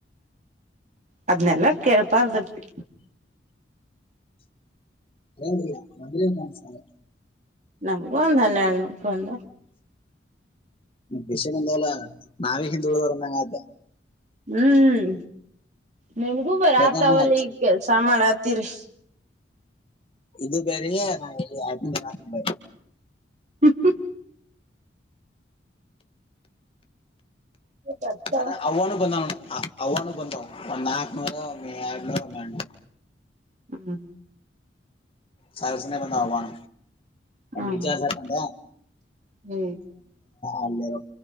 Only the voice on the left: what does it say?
ಹ ಮದ ನಸ
ವಿಷನ್ಂದಲ್ಲ ನಾವೇ ಹಿಂದ ಉಳ್ದ್ ನಂಗ ಅ
ಯಾಕಂದ್ರೆ
ಹಚ್
ಇದು ಬರ ನಾ ಎಲ್ಲಿತ್ ಬ
ಅದ ಅವವ ನ ಬಂದು ಅವನು ಬಂದ ಒಂದ್ ನಾಕ್ನೂರ ಒ ಎರಡ್ನೂರ ಒ
ಸಾರಸೆ ಬಂಂದ ಆಣ
ಬಜಾ ಸ ಮಾಡ
ಅ